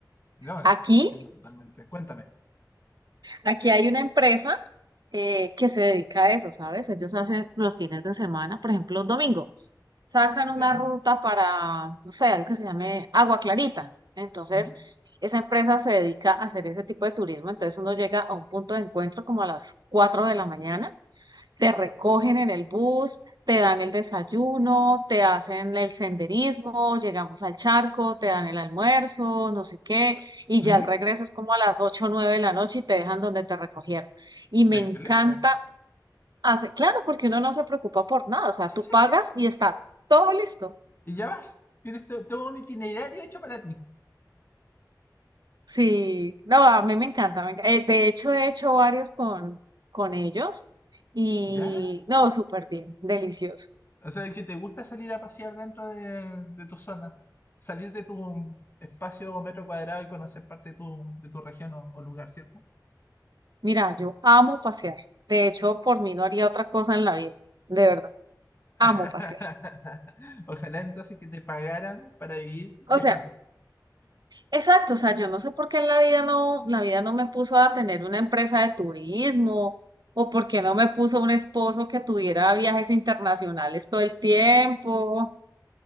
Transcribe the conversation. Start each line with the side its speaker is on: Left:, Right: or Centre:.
Left: No,
Right: Aquí,
Left: te, te entiendo totalmente. Cuéntame.
Right: aquí hay una empresa eh, que se dedica a eso, ¿sabes? Ellos hacen los fines de semana, por ejemplo, domingos. sacan una
Left: ¿Ya?
Right: ruta para, no sé, algo que se llame Agua Clarita. Entonces,
Left: Ujú,
Right: esa empresa se dedica a hacer ese tipo de turismo. Entonces, uno llega a un punto de encuentro como a las 4 de la mañana, te recogen en el bus, te dan el desayuno, te hacen el senderismo, llegamos al charco, te dan el almuerzo, no sé qué, y
Left: ujú,
Right: ya el regreso es como a las 8 o 9 de la noche y te dejan donde te recogieron. Y me
Left: Excelente.
Right: encanta hacer, claro, porque uno no se preocupa por nada, o sea,
Left: Sí,
Right: tú
Left: sí,
Right: pagas
Left: sí.
Right: y está todo listo.
Left: Y ya vas. Tienes to- todo un itinerario hecho para ti.
Right: Sí, no, a mí me encanta. me enca- eh, de hecho, he hecho varios con, con ellos y
Left: ¿Ya?
Right: no, súper bien, delicioso.
Left: O sea, que te gusta salir a pasear dentro de, de tu zona. Salir de tu espacio o metro cuadrado y conocer parte de tu, de tu región o, o lugar, ¿cierto?
Right: Mira, yo amo pasear. De hecho, por mí no haría otra cosa en la vida. De verdad, amo
Left: <laughs>
Right: pasear.
Left: Ojalá entonces que te pagaran para vivir viajando.
Right: O sea, exacto, o sea, yo no sé por qué en la vida no, la vida no me puso a tener una empresa de turismo o por qué no me puso un esposo que tuviera viajes internacionales todo el tiempo.